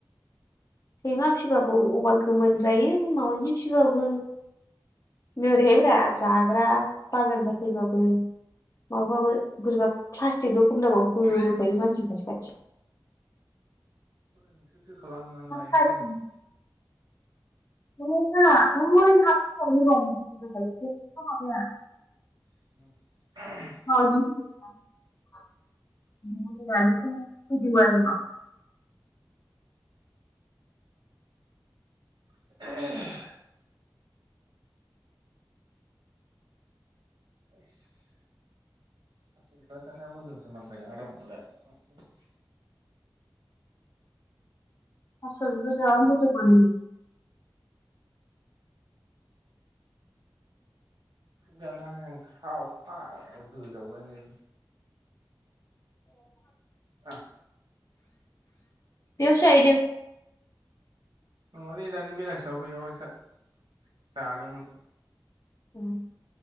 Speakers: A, on the left; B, on the right.
A: सैमा फिसिबाबो अभार गोमोनद्राय जायो मावजि फिबाबो नोरैहायब्रा जाग्रा बाजारनिफ्राइ फैबाबो माबाबाबो बोरैबा प्लास्टिकल' खमदांगाव होबोखायो मानसिनि खाथि खाथि
B: नोंसोरसो खालामनानै लायो
A: खाथि
B: गोमोनखौ।
A: <unintelligible>
B: <unintelligible>
A: <unintelligible>
B: <inaudible> <inaudible> <unintelligible>
A: थास' बिबार जाबा मोदोम मानो
B: जानो हाया थाव फाग्ला। होजावलायनाय आं
A: बेयावसो जाहैदो।
B: नङालै दानि बेलासियाव फैयो जादोंमोन।
A: <unintelligible>